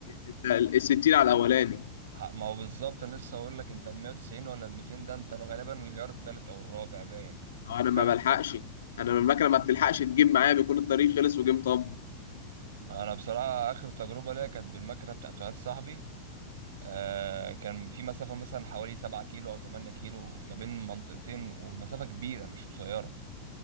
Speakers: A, on the left; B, on the right.
A: انت الستين على الاولاني
B: ح- ما هو بالظبط انا لسه هقول لك انت 190 ولا 200 ده انت غالبا الغيار التالت او الرابع باين
A: هو انا ما
B: <laughs>
A: بلحقش انا المكنه ما بتلحقش تجيب معايا بيكون الطريق خلص وجيم طب
B: انا بصراحه اخر تجربه ليا كانت بالمكنه بتاعت واحد صاحبي آه كان في مسافه مثلا حوالي 7 كيلو او 8 كيلو ما بين منطقتين ومسافه كبيره مش قصيره